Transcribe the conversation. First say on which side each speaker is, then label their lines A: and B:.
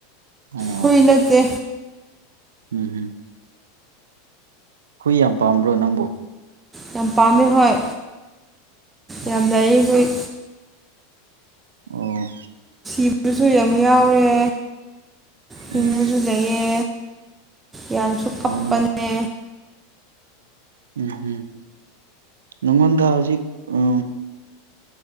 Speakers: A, on the right (about 90°); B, on the right (about 20°).
A: ꯑꯣ
B: ꯍꯨꯏ ꯅꯠꯇꯦ
A: ꯎꯝ ꯎꯝ ꯍꯨꯏ ꯌꯥꯝ ꯄꯥꯝꯕ꯭ꯔꯣ ꯅꯪꯕꯨ
B: ꯌꯥꯝ ꯄꯥꯝꯃꯦ ꯍꯣꯏ
A: ꯑꯣ
B: ꯌꯥꯝ ꯂꯌꯦ ꯍꯣꯏ
A: ꯑꯣ
B: ꯏꯕꯁꯨ ꯌꯥꯝ ꯌꯥꯎꯔꯦ ꯍꯤꯡꯕꯁꯨ
A: ꯎꯝ
B: ꯂꯩꯌꯦ ꯌꯥꯝꯁꯨ ꯀꯞꯄꯅꯦ
A: ꯑꯣ ꯎꯝꯝ ꯅꯪꯉꯣꯟꯗ ꯍꯧꯖꯤꯛ ꯎ